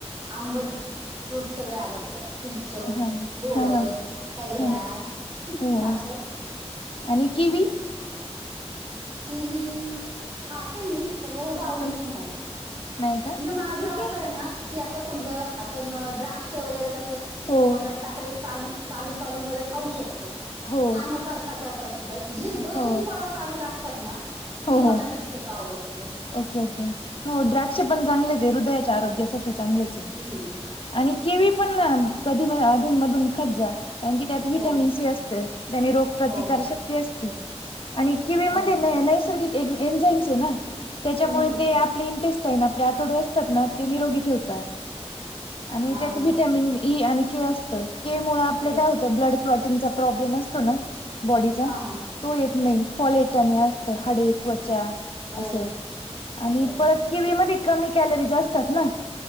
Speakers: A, on the right; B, on the left.
A: आंबट फ्रूट सगळे आवडतात. चिंच
B: हा
A: बोरं
B: हा हा
A: काैर्या
B: ह हो
A: अस.
B: आणि किवी.
A: कवी खाते मी. पण एवढं आवडीने
B: हा,
A: नाही
B: नाही का
A: म्हणजे माझं
B: ठीक
A: असं आहे ना. की आता समजा आपण द्राक्ष वगैरे कसं
B: हो
A: तोंडात टाकलं चालू. चालू चालू मध्ये खाऊ शकतो
B: हो
A: काम करता करता सुद्धा जी
B: ठीक आहे
A: बसून
B: हो
A: फळ खावी लागते. तात
B: हो
A: ती मला
B: हो
A: शक्यतो आवडत नाही.
B: ओके ओके हो द्राक्ष पण चांगलेच आहे हृदयाच्या आरोग्यासाठी चांगलेच आहे.
A: हम्म
B: आणि केवी पण कधी अधून मधून खतजा कारण की त्यात विटॅमिन
A: हो
B: सी असतेय. त्याने रोग प्रतिकार
A: हो
B: शक्ती असती आणि किवी मध्ये
A: हो
B: न नाही. त् <unintelligible> याच्यामुळे
A: हम्म हम्म
B: ते आपले आपले आतवडे असतात ना ते निरोगी ठेवत. आणि
A: हा
B: त्यात
A: हा
B: विटॅमिन ई आणि के असत के मुळ आपले
A: हो
B: काय होत. तर ब्लड क्लॉटिंगचा प्रॉब्लेम असतो ना बॉडीचा
A: हा हा
B: तो येत नाही फॉलेट आणि. हाडे त्वचा
A: हो
B: असं आणि
A: हो, हो.
B: परत. किव मध्ये कमी कॅलरी असतात ना